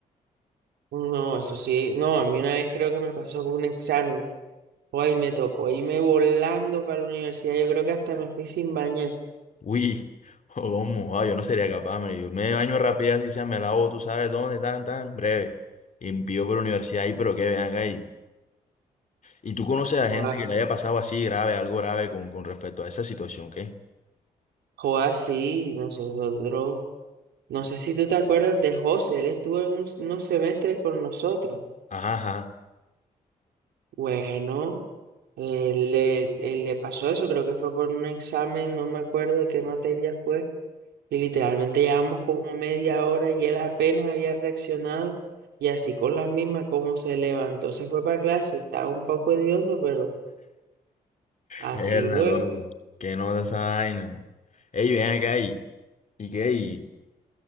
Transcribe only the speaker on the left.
Uy, <laughs> ¿cómo? Ah, yo no sería capaz, man. Yo me baño rápido así sea, me lavo, tú sabes dónde, tan, tan, breve. Y envío por la universidad ahí, pero que vean ahí. ¿Y tú conoces a
gente que le haya pasado así grave, algo grave con, con respecto a esa situación, qué?
Ajá, ajá.
Erda,
loco. Que no de esa vaina. Ey, ven acá y, y qué, y,